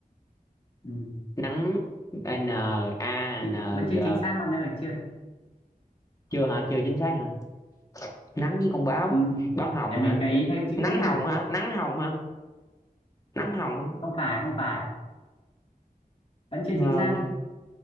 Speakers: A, on the left; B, on the left.
A: Ừm,
B: nắng à, n a
A: chị
B: n
A: vẫn chưa
B: g
A: chính xác bạn ơi chưa
B: chưa hả chưa chính xác hả nắng với con báo
A: Ừm,
B: báo hồng
A: để mình
B: hả
A: gợi ý thêm chữ
B: nắng
A: nữa nha
B: hồng hả nắng hồng hả nắng hồng hả
A: không phải không phải vẫn chưa
B: n
A: chính xác